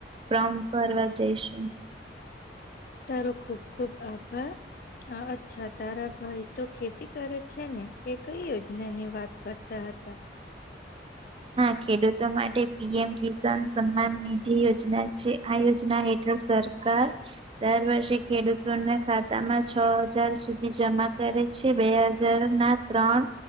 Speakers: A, on the right (about 30°); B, on the left (about 50°).
A: ફોમ ભરવા જઈશું
B: તારો ખૂબ ખૂબ આભાર હ અચ્છા તારા ભાઈ તો ખેતી કરે છે ને એ કઈ યોજનાની વાત કરતા હતા.
A: હા ખેડૂતો મોટે પીએમ કિસાન સંઘના નિધિ યોજના છે આ યોજના હેઠળ સર સરકાર દર વર્ષે ખેડૂતોના ખાતામાં છ હજાર સુધી જમા કરે છે બે હજાર ના ત્રણ